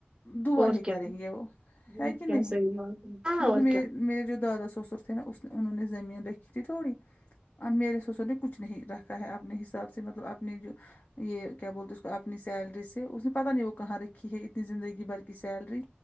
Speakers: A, on the left; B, on the right.
A: دعا
B: اور
A: ہی
B: کیا
A: کریں گے وہ
B: کیا
A: ہے کہ نہیں
B: صحیح بات ہے ہاں
A: مطلب
B: اور
A: م
B: کیا
A: میرے جو دادا سسرر تھ نا اس نے انہوں نے زمین رکھی تھی تھوڑی ا میرے سسر نے کچھ نہیں رکھا ہے اپنے حساب سے مطلب اپنی جو یہ کیا بولتے اس کو اپنی سیلری سے اس نے پتہ نہیں وہ کہاں رکھی ہے اتنی زندگی بھر کی سیلری